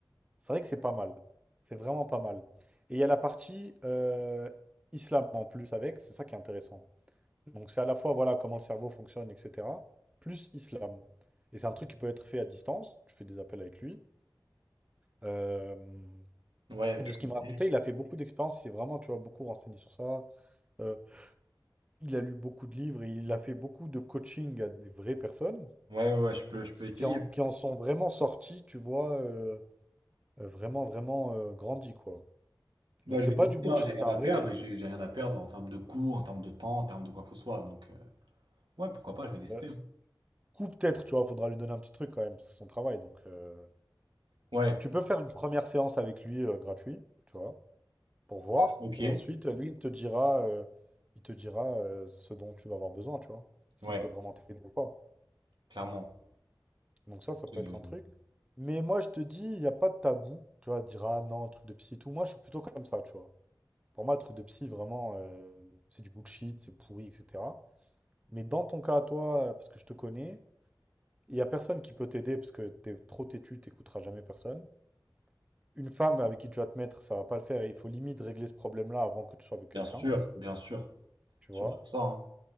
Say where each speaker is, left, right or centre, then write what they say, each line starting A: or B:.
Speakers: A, on the right; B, on the right.
A: C'est vrai que c'est pas mal. C'est vraiment pas mal. Et il y a la partie euh, islam en plus avec, c'est ça qui est intéressant. Donc c'est à la fois voilà comment le cerveau fonctionne, etc. Plus islam. Et c'est un truc qui peut être fait à distance. Tu fais des appels avec lui. Euh,
B: ouais,
A: de
B: je
A: ce
B: peux
A: qu'il
B: essayer.
A: me racontait, il a fait beaucoup d'expériences, il s'est vraiment, tu vois, beaucoup renseigné sur ça. Euh, il a lu beaucoup de livres et il a fait beaucoup de coaching à des vraies personnes
B: Ouais, ouais, ouais, je peux,
A: et qui,
B: je peux essayer.
A: qui en, qui en sont vraiment sorties, tu vois, euh, euh, vraiment, vraiment euh, grandies, quoi.
B: Bah,
A: Donc
B: je
A: c'est
B: vais tester,
A: pas du bullshit,
B: hein, j'ai rien
A: c'est
B: à
A: un vrai
B: perdre
A: truc.
B: et j'ai j'ai rien à perdre en termes de coût, en termes de temps, en termes de quoi que ce soit. Donc, euh, ouais, pourquoi pas, je vais tester.
A: Euh, coup, peut-être, tu vois, faudra lui donner un petit truc quand même, parce que c'est son travail. Donc euh,
B: Ouais,
A: tu peux faire une première séance avec lui euh, gratuit, tu vois. pour voir.
B: ok,
A: Et ensuite, lui, il te dira, euh, il te dira euh, ce dont tu vas avoir besoin, tu vois, s'il
B: ouais,
A: peut vraiment t'aider ou pas.
B: clairement.
A: Donc ça, ça peut
B: Euh,
A: être un truc. Mais moi, je te dis, il n'y a pas de tabou. Tu vois, dire ah non, truc de psy et tout. Moi, je suis plutôt comme ça, tu vois. Pour moi, le truc de psy, vraiment, euh, c'est du bullshit, c'est pourri, etc. Mais dans ton cas à toi, euh, parce que je te connais, il n'y a personne qui peut t'aider parce que t'es trop têtu, t'écouteras jamais personne. Une femme avec qui tu vas te mettre, ça va pas le faire et il faut limite régler ce problème-là avant que tu sois avec quelqu'un,
B: bien sûr, bien sûr,
A: tu
B: surtout
A: vois.
B: ça, hein.